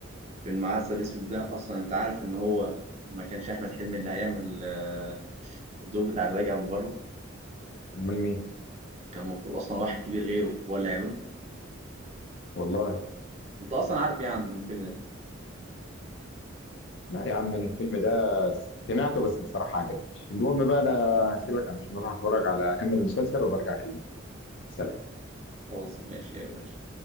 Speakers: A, on the right (about 35°); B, on the left (about 60°).
A: في المعسل الأسود ده أصلا أنت عارف إن هو ما كانش أحمد حلمي اللي هيعمل آه، الدور بتاع الراجع من بره
B: امال مين
A: كان المفروض أصلا واحد كبير غيره هو اللي هيعمله
B: والله
A: أنت أصلا عارف يعني الفيلم ده
B: لا يا عم انا الفيلم ده سمعته بس بصراحه عجبني المهم بقى انا هسيبك علشان اروح اتفرج على اكمل المسلسل وبرجع اكلمك سلام
A: خلاص ماشي يا باشا